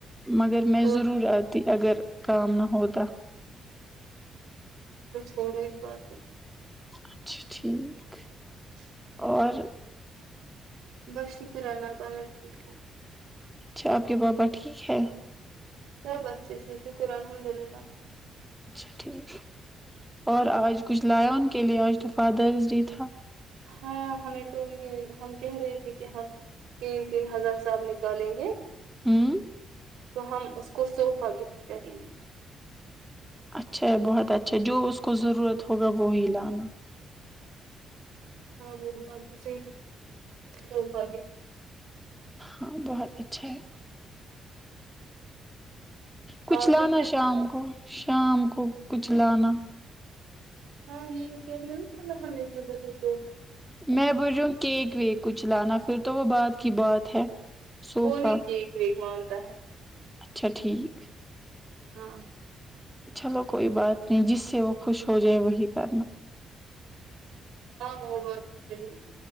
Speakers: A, in the centre; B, on the right.
A: مگر میں
B: کو
A: ضرور آتی اگر کام نہ ہوتا
B: پڑو اس بات کو
A: اچھا ٹھیک
B: <inaudible>
A: اور
B: بس شکر اللہ تالہ ٹھیک
A: اچھا کہ بابا ٹھیک ہے
B: سب اچھے سے شکر الحمد للہ
A: اچھا ٹھیک اور آج کچھ لایا ان کے لیے آج تو فادرس ڈے تھا <unintelligible>
B: ہاں ہمیں تو یہ ہم کہہ رہے تھے کہ ہم تین تین ہزار سب نکالیں گے
A: <inaudible>
B: تو ہم اس کو صوفہ گفٹ کریں گے
A: اچھا بہت اچھا جو اس کو ضرورت ہو ہوگا وہ ہی لانا
B: ہاں وہتے ہمکا بھی
A: ہاں بہت اچھا ہے کچھ
B: آپ
A: لانا
B: نے کیا
A: شام کو شام کو کچ لانا
B: ہاں یہ کہ ہ ہمتا توسو
A: میں بوجو کیک ویک کچھ لانا پھر تو وہ بعات کی بات ہے صوفہ
B: وہ نہیں کیک رمان تا ہے
A: اچھا ٹھیک
B: ہاں
A: چلو کوئی بات نہیں جس سے وہ خوش ہو جائے وہی کرنا
B: ہاں وہ بت صحی ہے